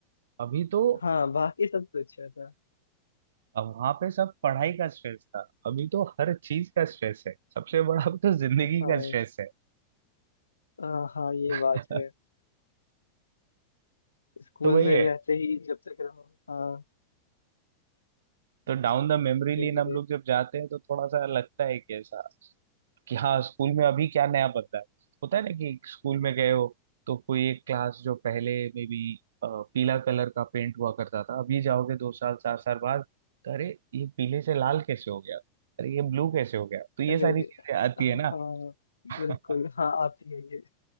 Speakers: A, on the right; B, on the left.
A: अभी तो
B: हाँ बाकी सब तो अच्छा था
A: वहां पे सब पढ़ाई का स्ट्रेस था अभी तो हर चीज का स्ट्रेस है सबसे बड़ा अब तो जिंदगी
B: हाँ
A: का स्ट्रेस है
B: हाँ हाँ, ये
A: <laughs>
B: बात है स्कूल
A: तो वही
B: में
A: है
B: रहते ही जब तक रहो हाँ
A: तो डाउन द मेमोरी लेन
B: गली
A: हम
B: में
A: लोग जब जाते हैं तो थोड़ा सा लगता है कि ऐसा कि हाँ स्कूल में अभी क्या नया बदला है होता है ना कि स्कूल में गए हो तो कोई एक क्लास जो पहले में भी पीला कलर का पेंट हुआ करता था अभी जाओगे दो साल चार साल बाद तो अरे ये पीले से लाल कैसे हो गया अरे ये ब्लू कैसे हो गया तो ये
B: अरे
A: सारी चीजें आती
B: हाँ
A: है ना <laughs>
B: बिल्कुल हाँ आती है ये